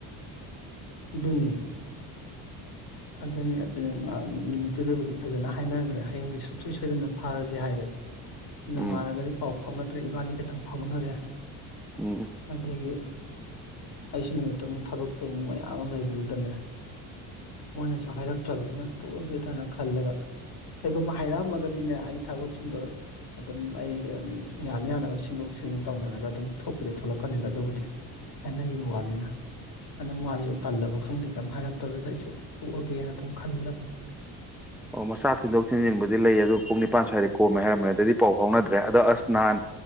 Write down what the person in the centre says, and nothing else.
ꯎꯝ
ꯎꯝ
ꯑꯣ ꯃꯆꯥ ꯊꯤꯟꯗꯣꯛ ꯊꯤꯟꯖꯤꯟꯕꯨꯗꯤ ꯂꯩ ꯑꯗꯨ ꯄꯨꯡ꯫ ꯅꯤꯄꯥꯟ ꯁ꯭ꯋꯥꯏꯗꯩ ꯀꯣꯝꯃꯦ ꯍꯥꯏꯔꯝꯝꯕꯅꯤ ꯑꯗꯩꯗꯤ ꯄꯥꯎ ꯐꯥꯎꯅꯗ꯭ꯔꯦ ꯑꯗꯣ ꯑꯁ ꯅꯍꯥꯟ